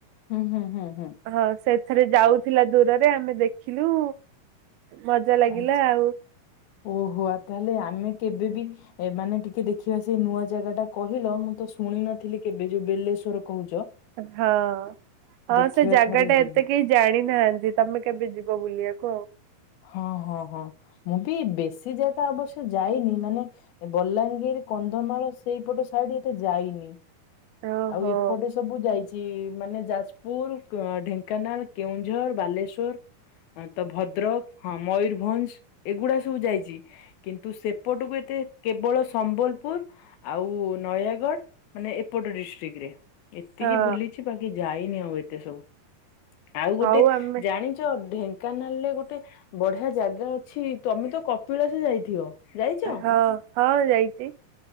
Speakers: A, on the left; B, on the right.
A: ହୁଁ ହୁଁ ହୁଁ ହୁଁ।
B: ହଁ ସେଥିରେ ଯାଉଥିଲା ଦୂରରେ ଆମେ ଦେଖିଲୁ ମଜା ଲାଗିଲା
A: ଆଚ୍ଛା
B: ଆଉ।
A: ଓହୋ ଆ ତାହେଲେ ଆମେ କେବେ ବି ଏମାନେ ଟିକେ ଦେଖିବା ସେଇ ନୂଆ ଜାଗା ଟା କହିଲ ମୁଁ ତ ଶୁଣି ନଥିଲି କେବେ ଯୋଉ ବେଲେଶ୍ଵର କହୁଛ।
B: ହଁ ହଁ
A: ଦେଖିବା
B: ସେ ଜାଗା
A: ଥରେ
B: ଟା
A: ଯିବା।
B: ଏତେ କେହି ଜାଣିନାହାନ୍ତି ତମେ କେବେ ଯିବ ବୁଲିବାକୁ ଆଉ?
A: ହଁ ହଁ ହଁ ମୁଁ ବି ବେଶୀ ଜାଗା ଅବଶ୍ୟ ଯାଇନି ମାନେ ବଲାଙ୍ଗିର କନ୍ଧମାଳ ସେଇପଟ ସାଇଡ ଏତେ ଯାଇନି।
B: ଓହୋ
A: ଆଉ ଏପଟେ ସବୁ ଯାଇଛି। ଚି ମାନେ ଯାଜପୁର, ଢେଙ୍କାନାଳ, କେଉଁଝର, ବାଲେଶ୍ଵର ତ ଭଦ୍ରକ ହଁ ମୟରଭଞ୍ଜ ଏଗୁଡା ସବୁ ଯାଇଛି। କିନ୍ତୁ ସେପଟକୁ ଏତେ କେବଳ ସମ୍ବଲପୁର ଆଉ ନୟାଗଡ ମାନେ ଏପଟ ଡିଷ୍ଟ୍ରିକ ରେ ଏତିକି
B: ହଁ
A: ବୁଲିଛି ବାକି ଯାଇନି ଆଉ ଏତେ ସବୁ। ଆଉ ଗୋଟେ
B: ହଉ ଆମେ
A: ଜାଣିଛ ଢେଙ୍କାନାଳରେ ଗୋ ବଢିଆ ଜାଗା ଅଛି, ତମେ ତ କପିଳାସ ଯାଇଥିବ ଯାଇଛ?
B: ହଁ ହ। ଯାଇଛି।